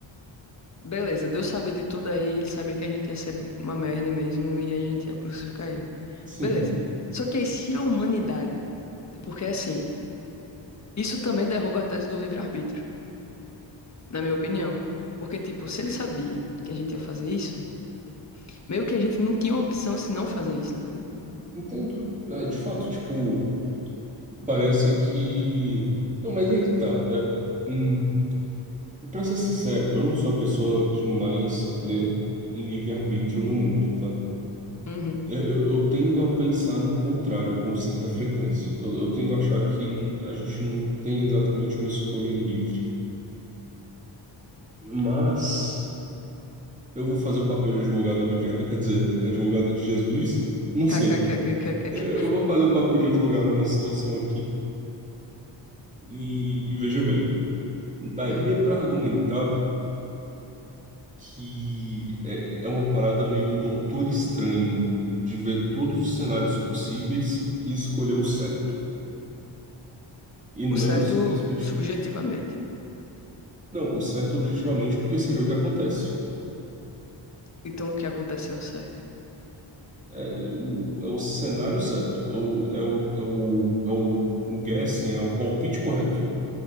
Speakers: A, on the left; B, on the right.
A: Beleza, Deus sabia de tudo aí, ele sabia que a gente ia ser uma merda mesmo e a gente ia crucificar ele.
B: sim,
A: Beleza. Só que aí, se a humanidade. Porque assim, isso também derruba a tese do livre-arbítrio, na minha opinião. Porque, tipo, se ele sabia que a gente ia fazer isso, meio que a gente não tinha opção se não fazer isso, entendeu?
B: entendo. É, de fato, tipo, parece que. Não, mas é que tá. É, hum, pra ser sincero, eu não sou a pessoa que mais crê em livre-arbítrio no mundo, tá?
A: Uhum.
B: Eu, eu- eu tendo a pensar no contrário com certa frequência. Eu, eu tendo a achar que a gente não tem exatamente uma escolha livre. Mas eu vou fazer o papel de advogado do diabo. Quer dizer, advogado de Jesus? Não sei.
A: KKKKKK.
B: Eu eu vou fazer o papel de advogado nessa situação aqui. E, e veja bem, daria
A: Hum.
B: para argumentar que é, é uma parada meio doutor estranho de ver todos os cenários possíveis e escolher o certo. E não
A: O certo
B: simplesmente.
A: subjetivamente.
B: Não, o certo objetivamente, porque seria o que acontece.
A: Então o que acontece é o certo.
B: É o, é o cenário certo, é o, é o, é o, é o, o guessing, é o palpite correto,